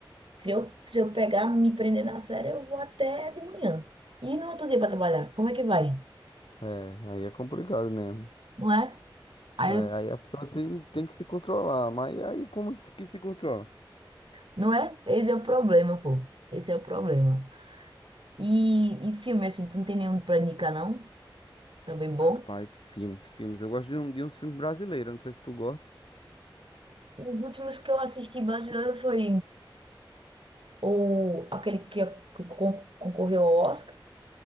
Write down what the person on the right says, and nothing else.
se eu, se eu pegar, me prender na série, eu vou até de manhã. E no outro dia pra trabalhar, como é que vai?
Não é? Aí,
eu-
não é? Esse é o problema, pô. Esse é o problema. E, e filme, assim, tu não tem nenhum pra indicar, não? Também bom.
Os últimos que eu assisti brasileiro foi ou aquele que, que con- concorreu ao Oscar.